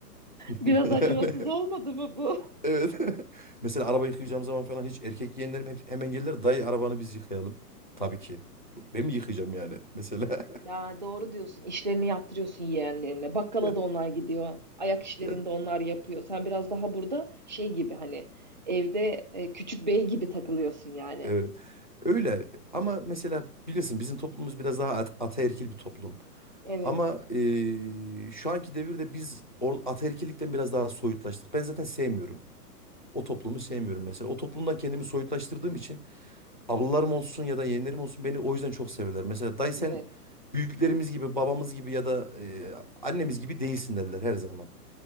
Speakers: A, on the left; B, on the right.
A: <laughs>
B: biraz acımasız
A: yani
B: olmadı mı bu?
A: evet <laughs> mesela araba yıkayacağım zaman falan hiç erkek yeğenlerim hep hemen gelirler dayı arabanı biz yıkayalım tabii ki ben mi yıkayacağım yani mesela
B: Ya doğru diyorsun. İşlerini yaptırıyorsun yeğenlerine. Bakkala
A: <laughs> ya,
B: da onlar gidiyor. Ayak işlerini
A: ya,
B: de onlar yapıyor. Sen biraz daha burada şey gibi hani evde e, küçük bey gibi takılıyorsun yani.
A: evet. Öyle ama mesela bilirsin bizim toplumumuz biraz daha at- ataerkil bir toplum.
B: Evet.
A: Ama eee, şu anki devirde biz or- ataerkillikten biraz daha soyutlaştık. Ben zaten sevmiyorum. O toplumu sevmiyorum mesela. O toplumdan kendimi soyutlaştırdığım için ablalarım olsun ya da yeğenlerim olsun beni o yüzden çok severler. Mesela dayı sen
B: Evet.
A: büyüklerimiz gibi, babamız gibi ya da eee, annemiz gibi değilsin derler her zaman.